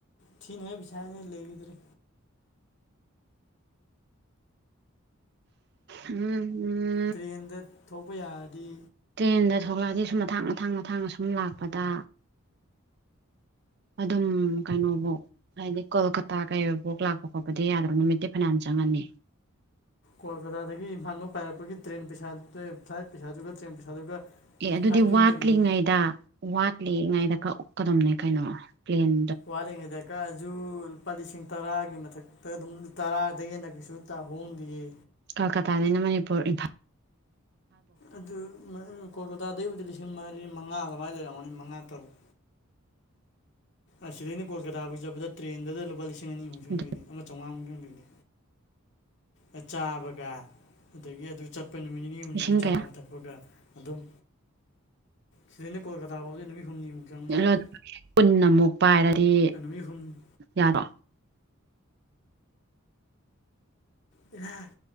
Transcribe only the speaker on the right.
ꯎꯝ ꯎꯝ
ꯇ꯭ꯔꯦꯟꯗ ꯊꯣꯛꯂꯛꯑꯗꯤ ꯁꯨꯝ ꯃꯊꯥꯡ ꯃꯊꯥꯡ ꯃꯊꯥꯡ ꯁꯨꯝ ꯂꯥꯛꯄꯗ ꯑꯗꯨꯝ ꯀꯩꯅꯣꯕꯧ ꯍꯥꯏꯗꯤ ꯀꯣꯜꯀꯇꯥ ꯀꯩ <unintelligible> ꯂꯥꯛꯄ ꯈꯣꯠꯄꯗꯤ ꯌꯥꯗꯕ ꯅꯨꯃꯤꯠꯇꯤ ꯐꯅꯥꯟ ꯆꯪꯉꯅꯤ
ꯑꯦ
ꯑꯗꯨꯗꯤ
ꯋꯥꯠꯂꯤꯉꯩꯗ ꯋꯥꯠꯂꯤꯉꯩꯗ ꯀꯛ ꯎꯞꯀꯗꯝꯅꯦ ꯀꯩꯅꯣ ꯄ꯭ꯂꯦꯟ
ꯀꯜꯀꯇꯥꯗꯩꯅ ꯃꯅꯤꯄꯨꯔ ꯏꯟꯐꯜ
ꯑꯗꯨ
ꯂꯤꯁꯤꯡ
ꯀꯌꯥ
<unintelligible>
ꯄꯨꯟꯅꯃꯨꯛ ꯄꯥꯏꯔꯗꯤ
ꯌꯥꯔꯣ